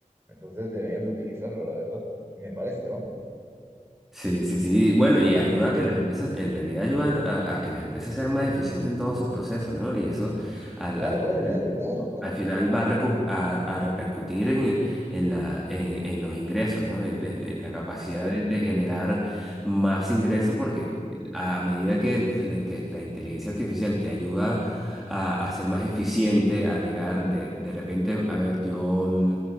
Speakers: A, on the right; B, in the centre.
A: Entonces deberían de utilizarlo, la verdad. Me parece, vamos.
B: Sí, sí, sí. Bueno, y ayuda a que las empresas, en realidad ayudan a, a que las empresas sean más eficientes en todo su proceso, ¿no? Y eso al,
A: Claro,
B: al,
A: claro, claro, claro, claro,
B: al final va a, recu- a- a repercutir en, en la, en, en los ingresos, ¿no? En, en- en la capacidad
A: claro.
B: de, de generar más ingresos porque a medida que la, inte- la inteligencia artificial te ayuda a, a ser más eficiente, a llegar de, de repente, a ver, yo, mm,